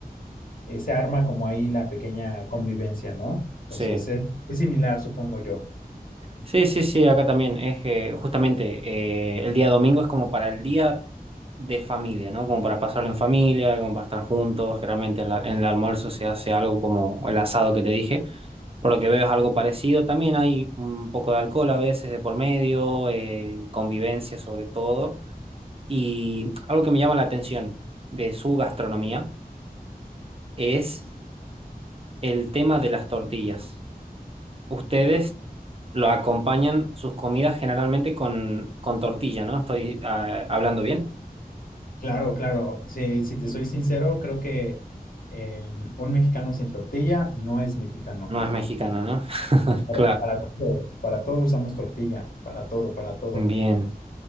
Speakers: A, on the left; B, on the right.
A: eh, se arma como ahí la pequeña convivencia, ¿no? Entonces
B: sí.
A: es, es similar, supongo yo.
B: Sí, sí, sí, acá también es eh, justamente eh, el día domingo es como para el día de familia, ¿no? Como para pasarlo en familia, como para estar juntos. Generalmente en la- en el almuerzo se hace algo como el asado que te dije. Por lo que veo es algo parecido. También hay un poco de alcohol a veces de por medio, eh, convivencia sobre todo. Y algo que me llama la atención de su gastronomía es el tema de las tortillas. Ustedes lo acompañan sus comidas generalmente con, con tortilla, ¿no? Estoy ah, hablando bien.
A: Claro, claro, sí, si te soy sincero, creo que eh, un mexicano sin tortilla no es mexicano.
B: No es mexicana, ¿no? <laughs>
A: Pero
B: Claro.
A: Para, todo, para todo usamos tortilla, para todo, para todo.
B: Bien.